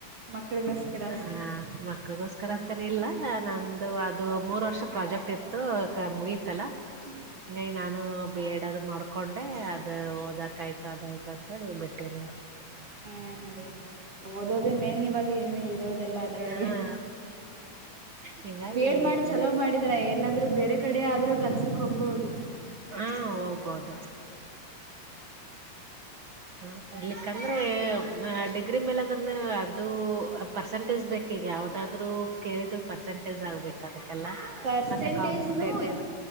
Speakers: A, on the right; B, on the right.
A: ಮಕ್ಳಿಗೋಸ್ಕರ
B: ಹಾ ಮಕ್ಳಗೋಸ್ಕರ ಅಂತಾನೇ ಇಲ್ಲ. ಲ್ಲ ನಂದು ಅದು ಮೂರ್ ವರ್ಷ ಪ್ರಾಜೆಕ್ಟ್ ಇತ್ತು ಅದ್ ಮುಗಿತ್ತಲ್ಲಾ.
A: ಹ ಹಾ
B: ಹಂಗಾಗಿ ನಾನು ಬಿಎಡ್ ಅದು ಮಾಡ್ಕೊಂಡೆ ಅದ ಓದಕ ಆಯ್ತ ಅದಾಯ್ತು. ಅಂತೇಳಿ ಬಿಟ್ಟೀವ್ ನೋಡ್ರಿ.
A: ಹಾ ನಡೀತೆ ನಡೀತೆ ಓದೋದೇ ಮೇನ್ ಇವಾಗ ಇನ್ ಇರೋದೆಲ್ಲ ಅದರೊಳಗೆ
B: ಹಾ ಹಿಂಗಾಗಿ
A: ಬಿ ಎಡ್ ಮಾಡಿ ಚಲೋ
B: ಬಿ
A: ಮಾಡಿದ್ರ ಎ ಲ್ಲಾಂದ್ರೂ ಬೇರೆ ಕಡೆ ಆದ್ರೂ ಕೆಲ್ಸಕ್ ಹೋಗ್ಬಹುದು.
B: ಹಾ ಹೋಗ್ಬೋದು. ಹಾ ಇರ್ಲಿಕ್ಕಂದ್ರೆ ಡಿಗ್ರಿ ಮೇಲೆ ಅಂದ್ರನು ಅದು ಪರ್ಸೆಂಟೇಜ್ ಬೇಕ. ಈಗ ಯಾವದಾದ್ರು ಕೇಳಿದ್ ಪರ್ಸೆಂಟೇಜ್ ಆಗ್ಬೇಕ್ ಅದಕ್ಕೆಲ್ಲ
A: ಪರ್ಸೆಂಟೇಜ್ನು
B: ಮತ್ತೆ ಕಾಂಪಟೇಟಿವ್